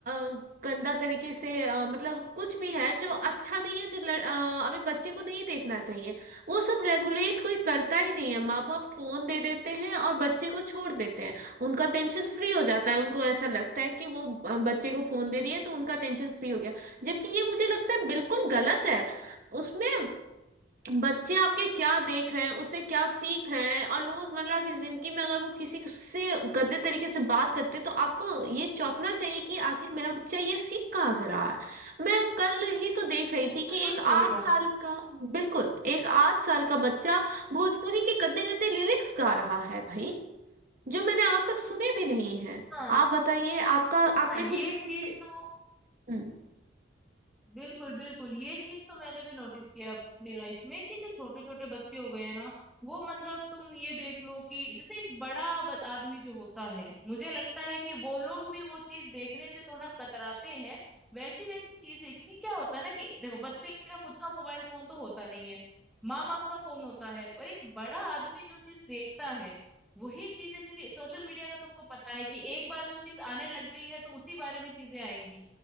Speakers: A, on the right; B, in the centre.
A: अ, गंदा तरीके से अ, मतलब कुछ भी है जो अच्छा नहीं है जो लड़, अ, अभी बच्चे को नहीं देखना चाहिए वो सब रेगुलेट कोई करता ही नहीं है माँ बाप फोन दे देते हैं और बच्चे को छोड़ देते हैं उनका टेंशन फ्री हो जाता है उनको ऐसा लगता है कि वो अ, बच्चे को फोन दे दिए तो उनका टेंशन फ्री हो गया जबकि ये मुझे लगता है बिल्कुल गलत है उसमें बच्चे आपके क्या देख रहे हैं उससे क्या सीख रहे हैं और रोजमर्रा की जिंदगी में अगर वो किसी से गंदे तरीके से बात करते हैं तो आपको ये चौंकना चाहिए कि आखिर मेरा बच्चा ये सीख कहाँ से रहा है मैं कल ही तो देख रही थी कि
B: बिल्कुल
A: एक
B: सही
A: आठ
B: कहा
A: साल का बिल्कुल एक आठ साल का बच्चा भोजपुरी के गंदे गंदे लिरिक्स गा रहा है भाई जो मैंने आज तक सुने भी नहीं है
B: हाँ
A: आप बताइए आपका
B: हाँ
A: आपने
B: ये
A: कुछ ऐसे
B: चीज तो
A: हम्म,
B: बिल्कुल बिल्कुल ये चीज तो मैंने भी नोटिस किया है अपनी लाइफ में कि जो छोटे छोटे बच्चे हो गए हैं ना वो मतलब तुम ये देख लो कि जैसे एक बड़ा ब- आदमी जो होता है मुझे लगता है कि वो लोग भी वो चीज देखने से थोड़ा कतराते हैं वैसी वैसी चीजें क्योंकि क्या होता है ना कि देखो बच्चे का खुद का मोबाइल फोन तो होता नहीं है माँ बाप का फोन होता है और एक बड़ा आदमी जो चीज देखता है वही चीज है क्योंकि सोशल मीडिया का तुमको पता है कि एक बार जो चीज आने लग गई है तो उसी बारे में चीजें आएंगी